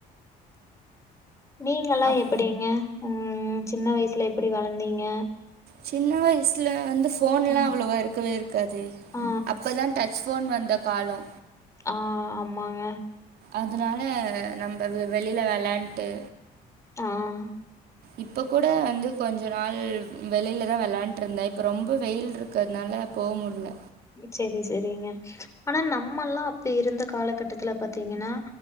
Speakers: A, on the left; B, on the right.
A: நீங்கல்லா
B: அப்
A: எப்படிங்க. உஹம் சின்ன வயசுல எப்படி வளந்தீங்க.
B: சின்ன வயசுல வந்து போன் எல்லா
A: ம்
B: அவ்வளோவா இருக்கவே இருக்காது.
A: ஆ
B: அப்பதா டச் போன் வந்த காலோ.
A: ஆஹ ஆமாங்க.
B: அதனால. நம்ப வெ வெளியில வெளாண்ட்டு.
A: ஆஹா.
B: இப்ப கூட வந்து கொஞ்ச நாள் வெளில. தா வெளையாண்ட்டிருந்த இப்ப ரொம்ப வெயில் இருக்குறதுனால. போ முடில்ல.
A: சேரி சேரிங்க. ஆனா நம்மல்லா அப்படி இருந்த காலகட்டத்துல பாத்தீங்கன்னா